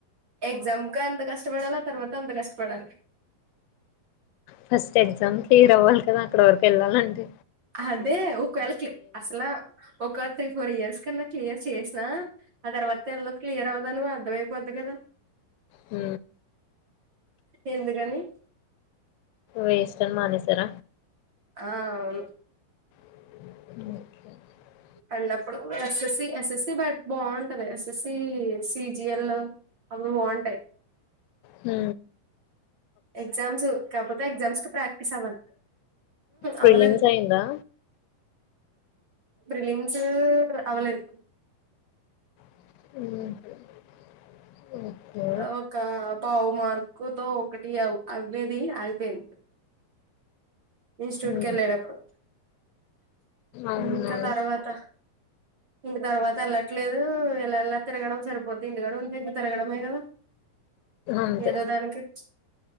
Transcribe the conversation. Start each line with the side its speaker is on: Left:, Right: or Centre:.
Right: ఎక్జామ్ క ఎంత కష్టపడాల తర్వాత అంత కష్టపడాల
Left: ఫస్ట్ ఎగ్జామ్ ఈడవ్వలి కదా అక్కడ వరకు వెళ్లాలంటే
Right: అదే ఒకవేళకి అసలా ఒక త్రీ ఫోర్ ఇయర్స్ కన్నా క్లియర్ చేసినా ఆ తర్వాత ఎందుకు క్లియర్ అవదో అర్ధంమయిపోదీ కదా
Left: అ
Right: ఎందుకని
Left: వేస్ట్ అని మానేసార
Right: ఆ అవును
Left: <inaudible>
Right: పన్నప్పుడు ఎస్ఎస్సి ఎస్ఎస్సి బ బాగుంటది ఎస్ఎస్సి సీజిఎల్ అవి బాగుంటాయి
Left: హ
Right: ఎగ్జామ్స్ కాకపోతే ఎగ్జామ్స్ కు ప్రాక్టీస్ అవ్వాలి
Left: ప్రిలిమ్స్
Right: అవ్వలేదు
Left: అయిందా
Right: ప్రిలిమ్స్ అవ్వలేదు
Left: <inaudible> ఓకే
Right: ఒక పావు మార్కు తో ఒకటి అయ్యేది ఆగిపోయింది ఇన్స్టిట్యూట్కి
Left: హ్మ్
Right: వెళ్ళేటప్పుడు
Left: అవునా
Right: ఇంకా తర్వాత ఇంక తర్వాత వెళ్లట్లేదు ఇలా ఎలా తిరగడం సరిపోద్ది ఇంటికాడుంటే ఇంక తిరగడమే కదా
Left: అంతే
Right: ఏదో దానికి